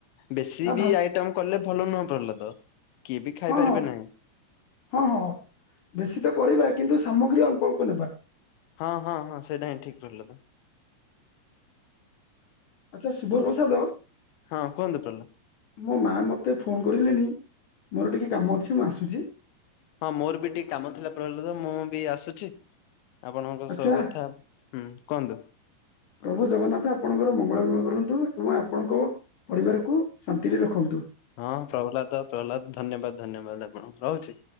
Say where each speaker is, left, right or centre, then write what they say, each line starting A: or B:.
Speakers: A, on the left (about 80°); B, on the left (about 65°).
A: ବେଶୀ
B: ଆ
A: ବି
B: ଭା
A: ଆଇଟମ କଲେ ଭଲ ନୁହଁ ପ୍ରହ୍ଲାଦ - କିଏ ବି ଖାଇ
B: ହଁ
A: ପାରିବେ ନାହିଁ
B: ହଁ ହଁ ବେଶୀ ତ କରିବା କିନ୍ତୁ ସାମଗ୍ରୀ ଅଳ୍ପ ଅଳ୍ପ ନେବା
A: ହଁ ହଁ ହଁ ସେଇଟା ହିଁ ଠିକ ରହିଲ ତ
B: ଆଚ୍ଛା ସୁବର୍ ବଷାଦ।
A: ହଁ କୁହନ୍ତୁ ପ୍ର
B: ମୋ ମା ମୋତେ ଫୋନ କରିଲେଣି ମୋର
A: ହଁ
B: ଟିକେ କାମ ଅଛି ମୁଁ ଆସୁଛି
A: ହଁ ମୋର ବି ଟିକେ କାମ ଥିଲା ପ୍ରହ୍ଲାଦ ମୁଁ ବି ଆସୁଛି ଆପଣଙ୍କ
B: ଆଚ୍ଛା
A: ସହ କଥା ହୁଁ କୁହନ୍ତୁ
B: ପ୍ରଭୁ ଜଗନ୍ନାଥ ଆପଣଙ୍କର ମଙ୍ଗଳମୟ କରନ୍ତୁ ଏବଂ ଆପଣଙ୍କ ପରିବାରକୁ ଶାନ୍ତିରେ ରଖନ୍ତୁ
A: ହଁ ପ୍ରହ୍ଲାଦ ପ୍ରହ୍ଲାଦ ଧନ୍ୟବାଦ ଧନ୍ୟବାଦ ଆପଣ ରହୁଛି।